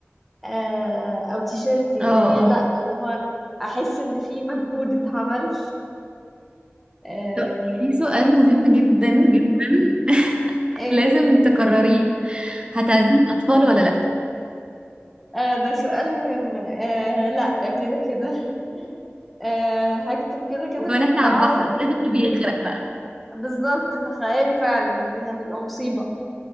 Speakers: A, in the centre; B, on the right.
A: آه، او تيشيرت يعني
B: اه اه
A: لا اللي هو احس ان في مجهود اتعمل آم،
B: طب في سؤال مهم جدا جدا <laughs>
A: ايه
B: لازم تكرريه هتعزمي الاطفال ولا لا
A: آه، ده سؤال مهم آه، لا كده كده <laughs> آه، هكتب كده كده
B: وكمان
A: في
B: احنا
A: الدعوة
B: على البحر الطفل بيغرق بقى
A: بالظبط تخيلي فعلا دي هتبقى مصيبة